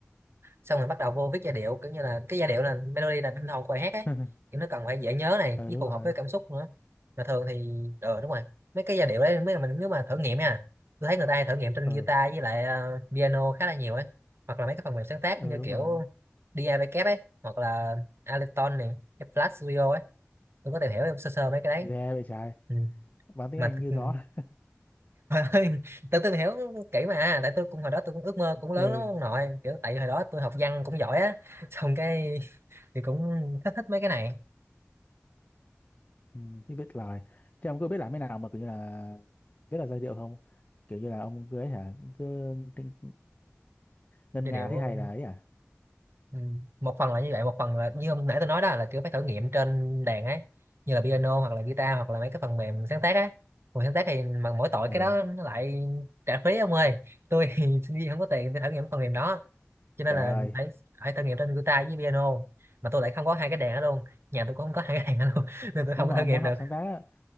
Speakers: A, on the right (about 60°); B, on the left (about 35°).
A: xong rồi bắt đầu vô viết giai điệu kiểu như là cái giai điệu là melody là tinh hồn của bài hát ấy
B: <laughs>
A: kiểu nó cần phải dễ nhớ này
B: Ờ
A: với
B: đúng
A: phù
B: rồi.
A: hợp với cảm xúc nữa mà thường thì ờ đúng rồi mấy cái giai điệu đấy mấy mình nếu mà thử nghiệm nha tôi thấy người ta hay thử nghiệm trên
B: Ờ
A: guitar với lại ờ, piano khá là nhiều ấy hoặc là mấy cái phần mềm sáng tác
B: ờ
A: như
B: đúng
A: kiểu
B: rồi.
A: DAW ấy hoặc là Ableton này Flash Studio ấy tôi có tìm hiểu sơ sơ mấy cái đấy
B: Ghê vậy trời.
A: ừ.
B: Bán tiếng
A: mà
B: Anh như
A: ừ,
B: gió. <laughs>
A: ơi, tôi tôi hiểu kỹ mà tại tôi cũng hồi đó tôi cũng ước mơ cũng lớn
B: Ừ,
A: lắm ông nội kiểu tại vì hồi đó tôi học văn cũng giỏi á xong cái thì cũng thích thích mấy cái này
B: ừ thì biết lời. Thế ông cứ biết làm thế nào mà kiểu như là biết là giai điệu không? Kiểu như là ông cứ cưới hả? Cứ tính- ngân
A: giai
B: nga
A: điệu
B: thế hay là ấy à?
A: ừ, một phần là như vậy một phần là như hôm nãy tôi nói đó là kiểu phải thử nghiệm trên đàn ấy như là piano hoặc là guitar hoặc là mấy cái phần mềm sáng tác á còn sáng tác thì mà mỗi tội
B: ừ
A: cái đó nó lại trả phí ông ơi tôi <laughs> thì sinh viên không có tiền để thử nghiệm phần mềm đó cho nên
B: trời
A: là
B: ơi
A: phải phải thử nghiệm trên guitar với piano mà tôi lại không có hai cái đàn đó luôn nhà tôi cũng không có hai cái đàn đó luôn <laughs> nên tôi
B: nếu
A: không
B: mà
A: có thử
B: ông
A: nghiệm
B: muốn
A: được
B: học sáng tác á,